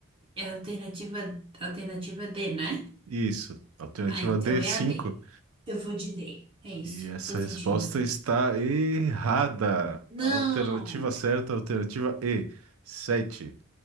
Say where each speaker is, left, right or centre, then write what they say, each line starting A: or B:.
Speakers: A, on the right; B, on the right.
A: é a alternativa, alternativa D, né?
B: Isso. Alternativa
A: Ah, então
B: D,
A: é
B: 5.
A: a D. Eu vou de D. É isso.
B: E essa
A: Tô sentindo.
B: resposta está errada. A
A: Não!
B: Alternativa certa, alternativa E, 7.